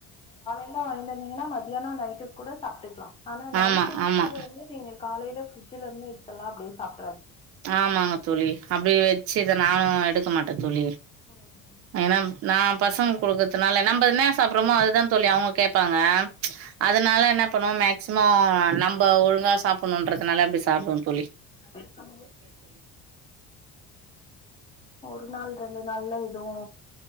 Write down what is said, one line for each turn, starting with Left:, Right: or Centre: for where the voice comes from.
Left: னா வாங்கந்தீங்கன்னா மத்தியானோ நைட்டு கூட சாப்ட்டுக்கலா ஆனா நைட்டு
Right: ஆமா
Left: வச்சத
Right: ஆமா
Left: வந்து நீங்க காலையில ஃபிரிட்ஜ்ல இருந்து எடு எல்லா அப்டியே சாப்
Right: ஆமாங்க தோழி அப்டி வச்சுதா நானு எடுக்க மாட்டே தோலி
Left: ம்
Right: ஏன்னா நா பசங்க கொடுக்கறதுனால நம்ம என்ன சாப்பிட்றோமோ அதுதா தோலி அவங்க கேப்பாங்க ஆ அதனால என்ன அப்பனு மேக்ஸிமோ நம்ம ஒழுங்கா சாப்பிட்ணுன்றதுனால அப்டி சாப்ட்னு தோலி
Left: <inaudible> சாப்பிடா ஒரு நாள் இதுநல்ல இதுவு